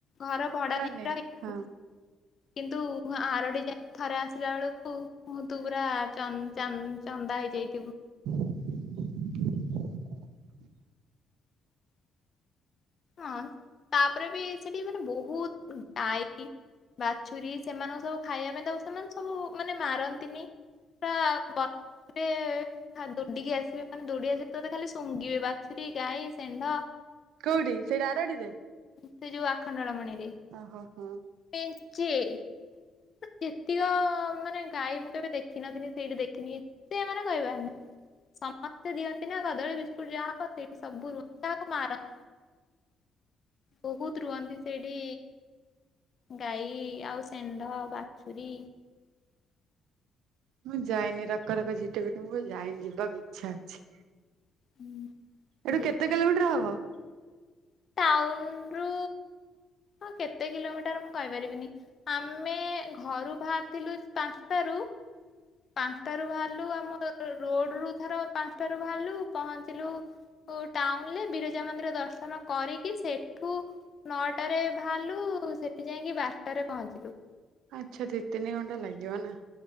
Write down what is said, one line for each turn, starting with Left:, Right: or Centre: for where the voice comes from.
Left: ଘର ଭଡା ନେଇ
Right: ନେଇକି
Left: ର <unintelligible>
Right: ହଁ
Left: କିନ୍ତୁ ଆରଡି ଯାଇ ଥରେ ଆସିଲା ବେଳକୁ ତୁ ପୁରା ଚ ଚ ଚନ୍ଦା ହେଇଯାଇଥିବୁ।
Right: <inaudible>
Left: ହଁ ତାପରେ ବି ସେଠି ମାନେ ବହୁତ ଡାଇ ବାଛୁରୀ ସେମାନଙ୍କୁ ସବୁ ଖାଇବା ପାଇଁ ତାକୁ ସେମାନେ ସବୁ ମାନେ ମାରନ୍ ତିନି ବା ବ <unintelligible> ଏବେ ଖା ଦୌଡିକି ଆସିବେ ମାନେ ଦୌଡି ଆସିବେ ତୋତେ ଖାଲି ଶୁଙ୍ଗିବେ ବାଛୁରୀ ଗାଈ ସେଣ୍ଢ।
Right: କୋଉଠି ସେଇ ଆରଡିରେ?
Left: ସେ ଯୋଉ ଆଖଣ୍ଡଳମଣିରେ।
Right: ଓହୋ ହୋ।
Left: ମେଞ୍ଚେ ମ୍ ଯେତିକ ମାନେ ଗାଈ ମୁଁ କେବେ ଦେଖ ଦେଖିନଥିବି ସେଇଠି ଦେଖିନି ଏତେ ଏମାନେ କହିବାରନାଇ ସମସ୍ତେ ଦିଅନ୍ତି ନା କଦଳୀ ବିସ୍କୁ <unintelligible> ଯାହା ହବ ସେଠି ସବୁ ରୁହ ତ କାହାକୁ ମାର ବହୁତ ରୁହନ୍ତି ସେଇଠି ଗାଈ ଆଉ ସେଣ୍ଢ ବାଛୁରୀ।
Right: ମୁଁ ଯାଇନି ରକରକ ଜିଟ ପିଟ ମୁଁ କ ଯାଇନି ଯିବାକୁ ଇଚ୍ଛା ଅଛି।
Left: ହୁଁ ଯିବା
Right: ଏଠୁ କେତେ କିଲୋମିଟର ହବ?
Left: ଟାଉନ ରୁ ହଁ କେତେ କିଲୋମିଟର ମୁଁ କହିପାରିବିନି। ଆମେ ଘରୁ ବାହାରିଥିଲୁ ପାଞ୍ଚଟାରୁ ପାଞ୍ଚଟାରୁୁ ବାହାରିଲୁ ଆମ ରୋଡ ରୁ ଧର ପାଞ୍ଚଟାରୁୁ ବାହାରିଲୁ ପହଞ୍ଚିଲୁ ଉ ଟାଉନରେ ବିରଜା ମନ୍ଦିର ଦର୍ଶନ କରିକି ସେଠୁ ନଅଟାରେ ବାହାରିଲୁ ସେଠି ଜାଇଁକି ବାରଟାରେ ପହଞ୍ଚିଲୁ।
Right: ଆଚ୍ଛା ଦି ତିନି ଘଣ୍ଟା ଲାଗିବ ନା।